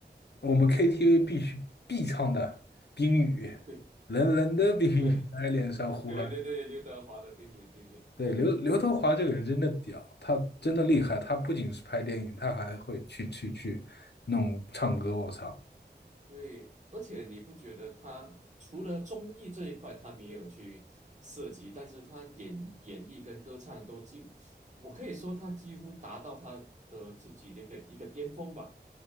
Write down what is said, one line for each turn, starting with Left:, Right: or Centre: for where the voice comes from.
Left: 我们 KTV 必须必唱的《冰雨》，
Right: 对
Left: 冷冷的冰雨在脸上胡乱。
Right: 对对对对，刘德华的《冰雨》，对对。
Left: 对，刘刘德华这个人真的屌，他真的厉害，他不仅是拍电影，他还会去去去弄唱歌，我操！
Right: 对，而且你不觉得他除了综艺这一块他没有去涉及，但是他演演绎跟歌唱都几，我可以说他几乎达到他的自己的一个一个巅峰吧。